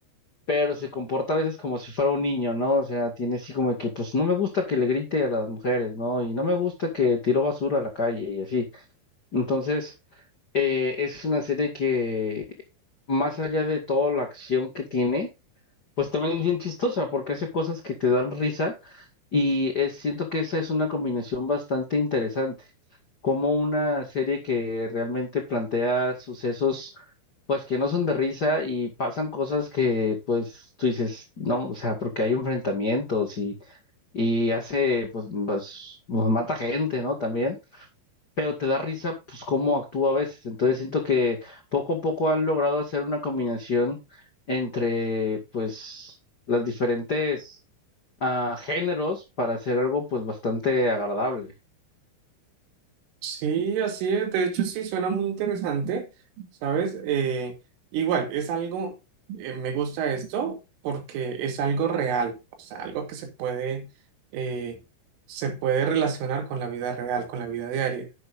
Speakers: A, on the left (about 75°); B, on the right (about 75°).
A: pero se comporta a veces como si fuera un niño, ¿no? O sea, tiene así como que, pues no me gusta que le grite a las mujeres, ¿no? Y no me gusta que tiró basura a la calle y así. Entonces, eh, es una serie que, más allá de toda la acción que tiene, pues también es bien chistosa porque hace cosas que te dan risa y es- siento que esa es una combinación bastante interesante como una serie que realmente plantea sucesos, pues que no son de risa y pasan cosas que, pues tú dices, no, o sea, porque hay enfrentamientos y, y hace, pues, pues, pues, mata gente, ¿no? También, pero te da risa, pues, cómo actúa a veces. Entonces siento que poco a poco han logrado hacer una combinación entre, pues, las diferentes ah, géneros para hacer algo, pues, bastante agradable.
B: Sí, así es. De hecho, sí, suena muy interesante, ¿sabes? Eh, igual, es algo, eh, me gusta esto porque es algo real, o sea, algo que se puede, eh, se puede relacionar con la vida real, con la vida diaria.